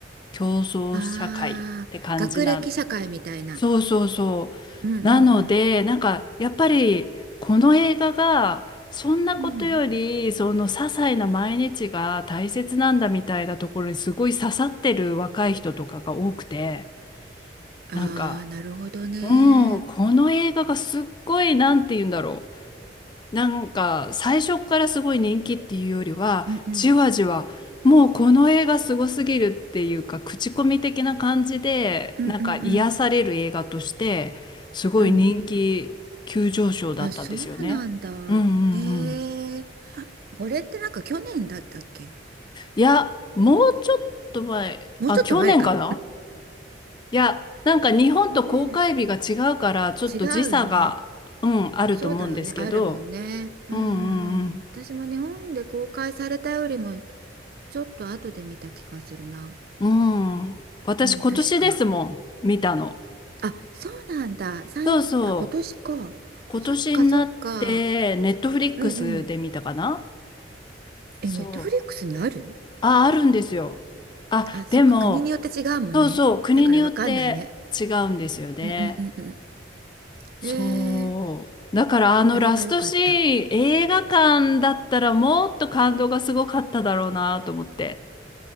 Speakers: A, on the left; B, on the right.
A: 競争社会って感じなん
B: あー学歴社会みたいな
A: そうそうそ
B: うんうんうん
A: うなのでなんかやっぱりこの映画がそんなことよりその些細な毎日が大切なんだみたいなところにすごい刺さってる若い人とかが多くて
B: うんああーなるほどね
A: なんかもう、この映画がすっごい、なんて言うんだろう。なんか、最初からすごい人気っていうよりは、
B: うんうん。
A: じわじわ、もうこの映画すごすぎるっていうか、口コミ的な感じで、
B: うんうんうん
A: なんか癒される映画として、すごい人気急上昇だったんですよね。
B: うん。あ、そうなんだ。
A: うんうんうん。
B: へえ。これってなんか去年だったっけ
A: いや、もうちょっと前、
B: もうちょっと前か。
A: あ、去年かないや、なんか日本と公開日が違うから、
B: 去年。
A: ちょっと時差が、
B: 違うよね。
A: うん、あると思うんですけど、
B: そうだよね。あるもんね。うんうんうん。
A: うんうん
B: 私も日本で公開されたよりもちょっと後で見た気がするな。
A: うん。うん。私今年ですもん、
B: うん、確か。
A: 見たの。
B: あ、そうなんだ。最、
A: そうそう。
B: あ、今年か。
A: 今年になって、
B: そっかそっか。
A: ネットフリックスで見たかな
B: うんうん。
A: そう。
B: え、ネットフリックスにある
A: あ、あるんですよ。あ、
B: あ、そっか、
A: でも、
B: 国によって違うもんね。
A: そうそう、国によって違うんですよね。
B: だからわかんないね。うんうんうんうん。
A: そう。
B: で、
A: だからあのラストシーン、
B: あれは良かった。
A: 映画館だったらもっと感動がすごかっただろうなと思って。